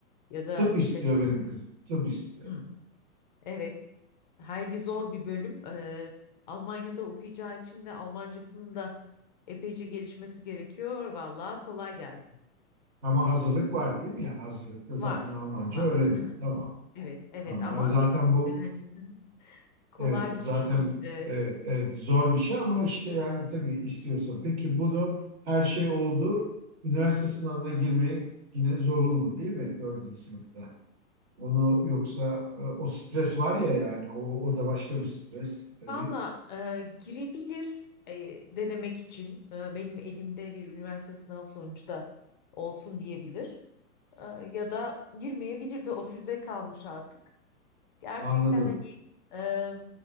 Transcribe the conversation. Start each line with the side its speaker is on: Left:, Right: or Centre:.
Left: ya da
Right: Tıp
Left: işletme.
Right: istiyor benim kızım. Tıp istiyor.
Left: Hmm, evet, hayli zor bir bölüm. E, Almanya'da okuyacağı için de Almancasının da epeyce gelişmesi gerekiyor. Vallahi kolay gelsin.
Right: Ama hazırlık var değil mi? Yani hazırlıkta zaten
Left: Var,
Right: Almanca
Left: var.
Right: öğreniyor.
Left: Aha.
Right: Tamam.
Left: Evet, evet
Right: Tamam.
Left: ama
Right: Abi zaten bu
Left: yani kolay
Right: evet, zaten
Left: bir şey değil. E,
Right: evet, evet zor bir şey ama işte yani tabii istiyorsun. Peki bunu her şey oldu. Üniversite sınavına girmek yine zorunlu değil mi? Dördüncü sınıfta. Onu yoksa e, o stres var ya yani o, o da başka bir stres tabii.
Left: Valla e, girebilir e, denemek için E, benim elimde bir üniversite sınav sonucu da olsun diyebilir. E, ya da girmeyebilir de o size kalmış artık. Gerçekten
Right: Anladım.
Left: hani e,